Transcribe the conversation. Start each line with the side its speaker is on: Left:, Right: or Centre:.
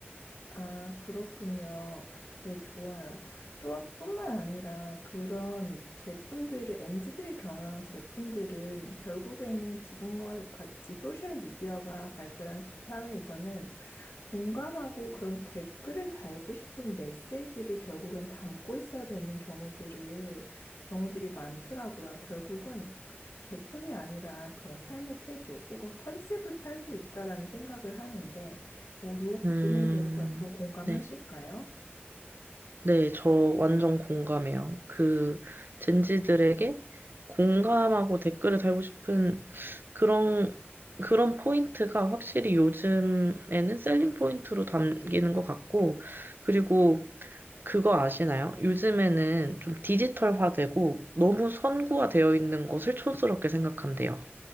Left: 아, 그렇군요. 네, 좋아요. 또 뿐만 아니라 그런 제품들을, m 지들이 겨냥한 제품들은 결국에는 지금과 같이 소셜미디어가 발달한 사회에서는 공감하고 그런 댓글을 달고 싶은 메시지를 결국엔 담고 있어야 되는 경우들을, 경우들이 많더라고요. 결국은 제품이 아니라 그런 삶의 태도 혹은 컨셉을 팔고 있다라는 생각을 하는데, 뭐, 요 부분에
Right: 음,
Left: 대해서 좀 공감하실까요?
Right: 네. 네, 저 완전 공감해요. 그 젠지들에게 공감하고 댓글을 달고 싶은 그런 그런 포인트가 확실히 요즘에는 셀링 포인트로 담기는 것 같고, 그리고 그거 아시나요? 요즘에는 좀 디지털화되고 너무 선구화되어 있는 것을 촌스럽게 생각한대요.